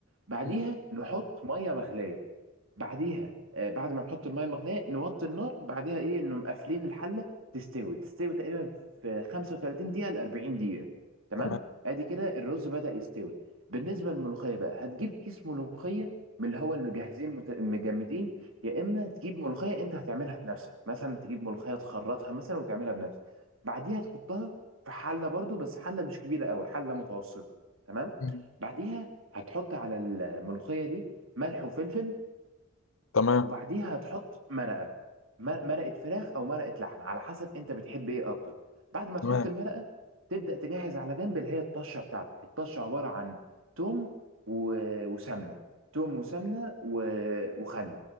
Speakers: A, on the right; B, on the left.
A: بعديها
B: مم.
A: نحط ميه مغليه بعديها آه، بعد ما نحط الميه المغليه نوطي النار بعديها ايه انه مقفلين الحله تستوي تستوي تقريبا في 35 دقيقه ل 40 دقيقه تمام
B: تمام
A: ادي كده الرز بدأ يستوي بالنسبه للملوخيه بقى هتجيب كيس ملوخيه من اللي هو المجهزين المت- المجمدين يا اما تجيب ملوخيه انت هتعملها بنفسك مثلا تجيب ملوخيه تخرطها مثلا وتعملها بنفسك بعديها تحطها في حله برضو بس حله مش كبيره قوي حله متوسطه تمام
B: مم.
A: بعديها هتحط على الملوخيه دي ملح وفلفل
B: تمام
A: وبعديها هتحط مرقه مر- مرقه فراخ او مرقه لحمه على حسب انت بتحب ايه اكتر بعد ما
B: تمام
A: تحط المرقه تبدا تجهز على جنب اللي هي الطشه بتاعتك الطشه عباره عن توم و- وسمنه توم وسمنه و- وخل